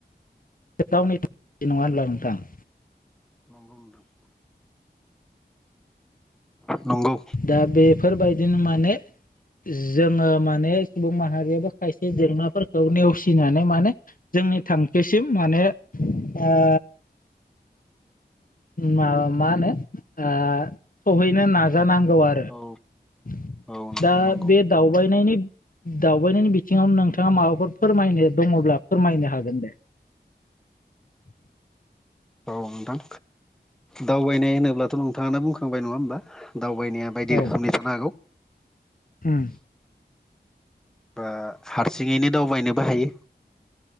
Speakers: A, on the left; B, in the centre.
A: गावनि थाखाय नङा होनब्ला नोंथां?
B: नंगौ नोंथां नंगौ
A: दा बेफोरबायदिनो माने जोङो माने सुबुं माहारियाबो खायसे जेंनाफोरखौ नेवसिनानै माने जों जोंनि थांखिसिम माने ओ मा मा होनो सहैनो नाजानांगौ। बाला आरो
B: औ औ नोंथां
A: दा
B: नंगौ
A: बे दावबायनायनि दावबायनायनि बिथिङाव नोंथाङा माबाफोर फोरमायनो दङब्ला फोरमायनो हागोन। <unintelligible>
B: औ नोंथां दावबायनाय होनोब्लाथ' नोंथाङानो बुंखांबाय नङा होमबा? दावबायनाया बायदि
A: औ
B: रोखोमनि थानो हागौ।
A: उम
B: बा हारसिङैनो दावबायनोबो हायो।